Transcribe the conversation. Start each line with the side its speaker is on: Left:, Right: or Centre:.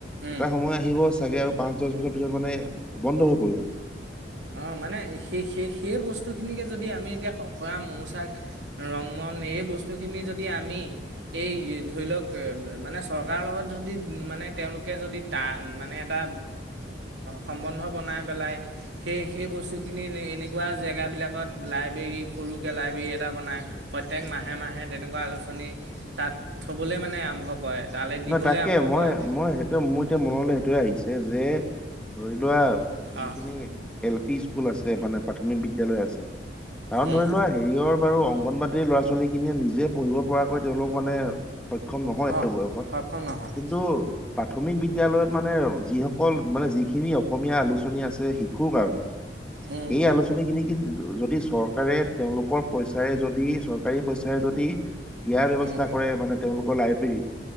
Right: উম
Centre: এটা সময় আহিব চাগে আৰু পাঁচ দহ বছৰ পিছত মানে বন্ধ হৈ পৰিব।
Right: অ' মানে সেই সেই সেই বস্তুখিনিকে যদি আমি এতিয়া কফৰা মৌচাক, ৰংমন এই বস্তুখিনি যদি আমি এই ধৰি লওক মানে চৰকাৰৰ লগত যদি মানে তেওঁলোকে যদি ত মানে এটা সম্বন্ধ বনাই পেলাই সেই সেই বস্তুখিনি এনেকুৱা জেগা বিলাকত লাইব্ৰেৰী, সৰুকৈ লাইব্ৰেৰী, এটা বনায় প্ৰত্যেক মাহে মাহে তেনেকুৱা আলোচনী, তাত থ'বলৈ মানে আৰম্ভ কৰে তালৈ দিবলৈ
Centre: নহয় তাকে
Right: আৰম্ভ
Centre: মই
Right: কৰে তে-
Centre: মই সেইটো মোৰ এতিয়া মনলৈ সেইটোয়ে আহিছে যে ধৰি লোৱা
Right: অঁ
Centre: যিখিনি এল পি স্কুল আছে মানে প্ৰাথমিক বিদ্য়ালয় আছে। কাৰণ
Right: উম,
Centre: ধৰি লোৱা হেৰিয়ৰ বাৰু অং অংণবাদিৰ ল'ৰা ছোৱালী খিনিয়ে নিজে পঢ়িব পৰাকৈ তেওঁলোক মানে সক্ষ্যম নহয় এইটো
Right: অঁ
Centre: বয়সত।
Right: সক্ষম নহয়।
Centre: কিন্তু প্ৰাথমিক বিদ্য়ালয়ত মানে যিসকল মানে যিখিনি অসমীয়া আলোচনী আছে শিশুৰ কাৰণে
Right: উম,
Centre: সেই আলোচনী খিনি কিন্তু যদি চৰকাৰে তেওঁলোকৰ পইচাৰে যদি চৰকাৰী পইচাৰে যদি দিয়াৰ ব্যবস্তা
Right: উম,
Centre: কৰে মানে তেওঁলোকৰ লাইব্ৰেৰীত।